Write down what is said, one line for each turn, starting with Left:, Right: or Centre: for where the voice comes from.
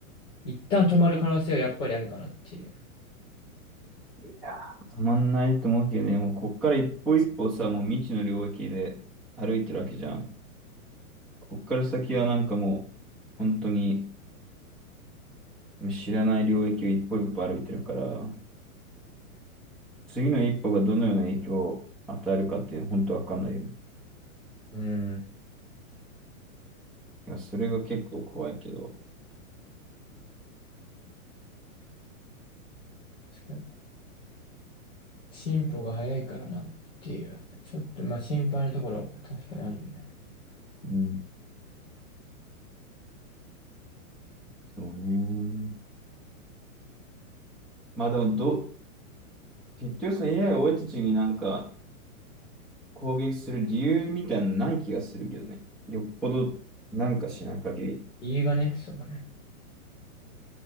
Left: 一旦止まる可能性はやっぱりあるかなっていう
Centre: いやー、止まんないと思うけどね、もうこっから一歩一歩さ、
Left: ね。
Centre: もう未知の領域で歩いてるわけじゃん。こっから先はなんかもう、本当に知らない領域を一歩一歩歩いてるから、次の一歩がどのような影響を与えるかっていうのは本当わかんないよね。
Left: うん。
Centre: いや、それが結構怖いけど。
Left: 確かに進歩が早いからなっていう。ちょっとまあ心配なところは確かにあるよね。
Centre: うん、そうね。まあでもどう、結局その AI が俺たちになんか、攻撃する理由みたいなのない気がするけどね。よっぽどなんかしない限り。
Left: 理由がね、そのね。